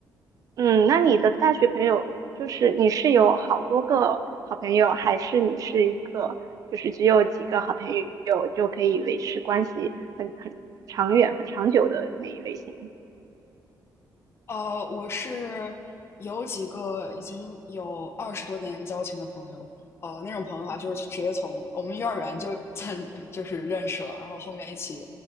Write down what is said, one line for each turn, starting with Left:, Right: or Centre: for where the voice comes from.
Right: 嗯，那你的大学朋友就是你是有好多个好朋友，还是你是一个就是只有几个好朋友就可以维持关系很很长远、很长久的那一类型？
Left: 呃，我是有几个已经有二十多年交情的朋友，呃，那种朋友的话，就是直接从我们幼儿园就 <laughs> 就是认识了，然后后面一起，